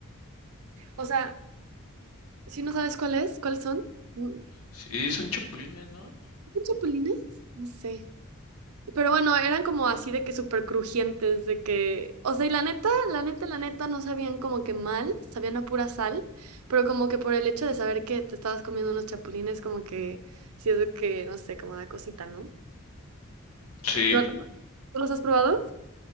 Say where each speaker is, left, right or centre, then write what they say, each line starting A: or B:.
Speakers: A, on the right; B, on the left.
A: O sea, si no sabes cuál es, ¿cuáles son? Mm,
B: Sí, son chapulines, ¿no?
A: ¿Son chapulines? No sé. Pero bueno, eran como así de que súper crujientes, de que... O sea, y la neta, la neta, la neta, no sabían como que mal, sabían a pura sal, pero como que por el hecho de saber que te estabas comiendo unos chapulines, como que... Si es de que, no sé, como da cosita, ¿no?
B: Sí.
A: ¿No? ¿Tú los has probado?